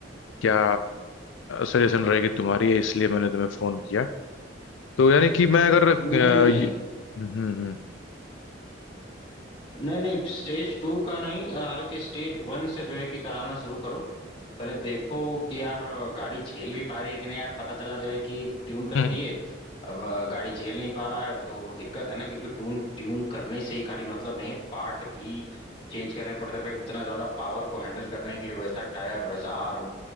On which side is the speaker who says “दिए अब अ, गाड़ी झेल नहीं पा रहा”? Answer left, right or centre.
Left